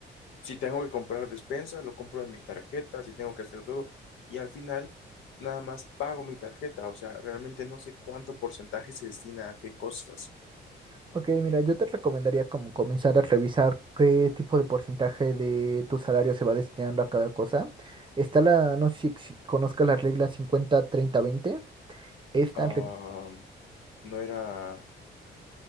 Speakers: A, on the left (about 80°); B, on the right (about 25°).
A: Si tengo que comprar despensa, lo compro de mi tarjeta, si tengo que hacer todo, y al final nada más pago mi tarjeta, o sea, realmente no sé cuánto porcentaje se destina a qué cosas.
B: Ok, mira, yo te recomendaría como comenzar a revisar qué tipo de porcentaje de tu salario se va destinando a cada cosa. Está la, no sé si ex- conozcas la regla 50-30-20. Esta,
A: Ah,
B: re-
A: no era